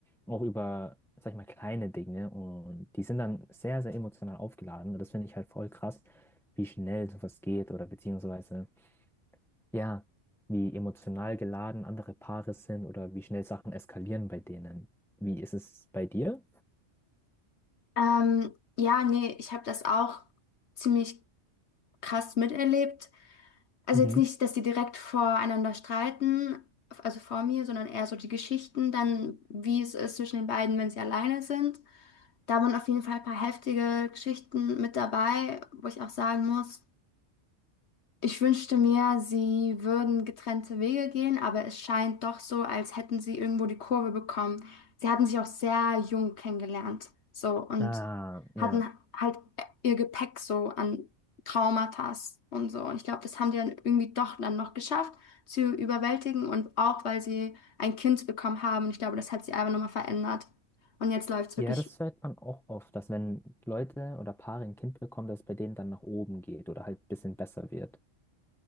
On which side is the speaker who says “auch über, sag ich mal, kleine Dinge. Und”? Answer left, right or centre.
Centre